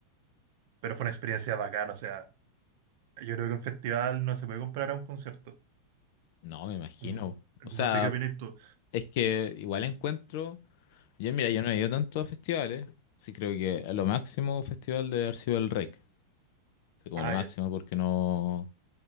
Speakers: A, on the right; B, on the left.
A: Pero fue una experiencia bacana, o sea, yo creo que un festival no se puede comparar a un concierto.
B: no, me imagino,
A: Mm,
B: o sea,
A: No sé qué opinas tú.
B: es que igual encuentro, yo mira, yo no he ido tanto a festivales, sí creo que a lo máximo festival de haber sido el REC, así como
A: Ah,
B: lo máximo
A: ya,
B: porque no...